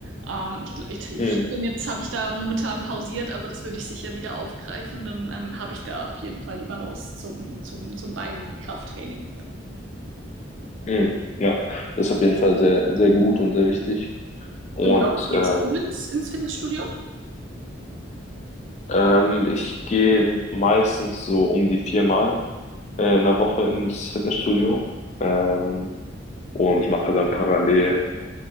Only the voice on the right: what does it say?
Ähm, ich, gl- ich, ich
bin jetzt habe ich da momentan pausiert, aber das würde ich sicher wieder aufgreifen. Dann ähm, habe ich da auf jeden Fall die Balance zum, zum, zum Beinkrafttraining.
Und wie oft gehst
du ins, ins Fitnessstudio?